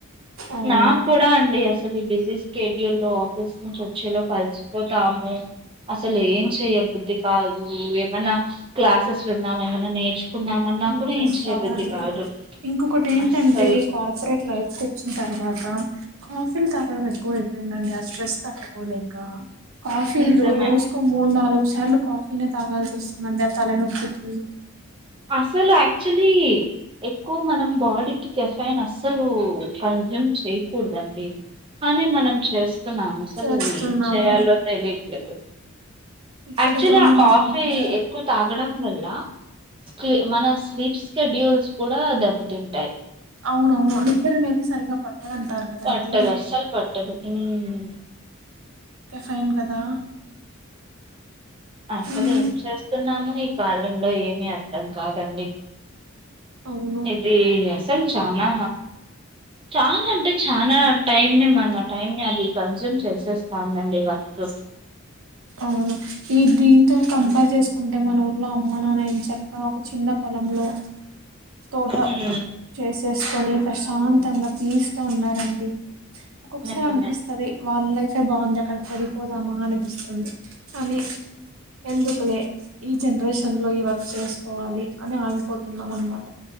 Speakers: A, on the right; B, on the right.
A: అవును
B: నాకూడా అండి అసలు ఈ బిజీ స్కెడ్యూల్ లో ఆఫీస్ నుంచి వచ్చేలొపు అలిసిపోతా. అసలు ఏం చెయబుద్ధి. కాదు ఏమన్న క్లాసెస్ విందాం ఏమన్న నేర్చుకుందాం అన్నా
A: ఇంట్రెస్ట్
B: కూడా ఏం చేయబుద్ది
A: రాదండి
B: కాదు.
A: ఇంకొకటి ఏంటంటే
B: అస్సలు
A: కార్పొరేట్ లైఫ్ కొచ్చిన తర్వాత కాఫీలు క. తాగడం ఎక్కువ అయిపోయిందండి ఆ స్ట్రెస్ తట్టుకోలేక కాఫీలు
B: నిజమే
A: రోజుకో మూడు నాలుగు. సార్లు కాఫీ నే తాగాల్సొస్తుంది అండి ఆ తల నొప్పికి
B: అసలు యాక్చులీ ఎక్కువ మనం బాడీకి కెఫైన్ అస్సలూ కన్స్యూమ్ చేయ్యకూడదండి కానీ మనం చేస్తున్నాము అసలు
A: చేస్తున్నాము
B: ఏం చేయాలో తెలీట్లేదు
A: ఇక్కడితో
B: యాక్చువల్లీ ఆ
A: మనం
B: కాఫీ
A: కంపేర్
B: ఎక్కువ తాగడం వల్ల స్లీ మన స్లీప్. స్కెడ్యూల్స్ కూడా దెబ్బతింటాయి.
A: అవునవును నిద్ర అనేది సరిగా. పట్టాదంటారు కదా
B: పట్టదు
A: అండి.
B: అస్సలు పట్టదు మ్మ్
A: కే ఫైన్ కదా
B: అసలు
A: ఉమ్
B: ఏం చేస్తున్నామొ ఈ కాలంలో ఏమి అర్థం కాదండి
A: అవును
B: ఇది అసలు చానా చానా అంటే చనా టైమ్ ని మన టైమ్ ని అది కన్జ్యూమ్ చేసేస్థాంది అండి వర్క్
A: అవును ఈ దీంతో కంపేర్ చేసుకుంటే మన ఊర్లో అమ్మా నాన్న ఎం చక్క ఒక చిన్న పొలంలో తోట
B: ఉమ్
A: చేసేసుకొని ప్రశాంతంగా పీస్ గా ఉన్నారండి ఒక్కొక్కసారి
B: నిజమే
A: అనిపిస్తది వాళ్ళ లైఫే ఏ బాగుంది అక్కడికేళ్ళిపోదామా అనిపిస్తది కని ఎందుకులే ఈ జనరేషన్ లో ఈ వర్క్స్ చేసుకోవాలి అని ఆగిపోతున్నాం అనమాట్